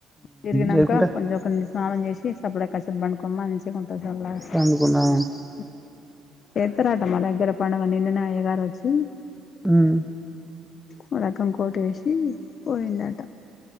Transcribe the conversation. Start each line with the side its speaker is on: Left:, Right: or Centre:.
Left: తిరిగినంక
Centre: లేకుంటే
Left: కొంచెం ఒకరి స్నానం చేసి <unintelligible> <unintelligible> మంచిగుంటది <unintelligible>
Centre: పండుకున్నా
Left: ఉత్తరాటం మా దగ్గర పండగ నిన్ననే అయగారొచ్చి
Centre: మ్మ్
Left: ఓ రకం కోటేసీ పోయిండట